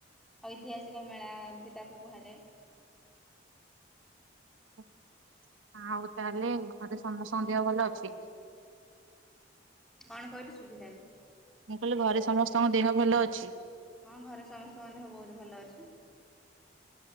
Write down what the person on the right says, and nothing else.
<inaudible> ଆଉ ତାହେଲେ ଘରେ ସମସ୍ତଙ୍କ ଦେହ ଭଲ ଅ- ଅଛି।
ମୁଁ କହିଲି ଘରେ ସମସ୍ତଙ୍କ ଦେହ ଭଲ ଅଛି।